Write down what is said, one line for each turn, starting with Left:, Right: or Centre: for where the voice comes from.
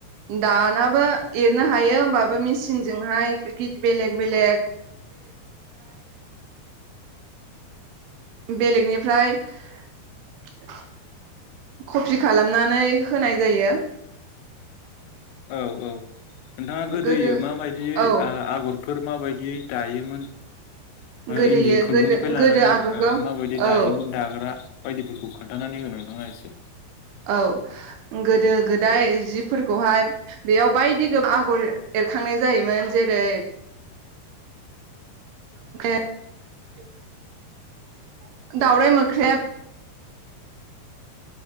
Right: दानाबो एरनो हायो होमबाबो मेसिनजोंहाय बेलेग बेलेग बेलेगनिफ्राय <inaudible> कपि खालामनानै होनाय जायो।
Left: औ औ नोंथाङा गोदोयो
Right: गोदो
Left: माबायदियै आ
Right: औ
Left: आगर फोर माबायदियै दायोमोन ओ
Right: गोदोयो
Left: इन्दि खुन्दुंनिफ्राय
Right: गोदो
Left: लानानै
Right: गोदो आगरखौ
Left: ओ माबायदि
Right: औ
Left: दायोमोन दाग्रा बायदिफोरखौ खोन थानानै हो नोंथाङा एसे।
Right: औ गोदो गोदाय जिफोरखौहाय बेयाव बायदि <inaudible> आगर एरखांनाय जायोमोन जेरै <inaudible> दावराइ मोख्रेब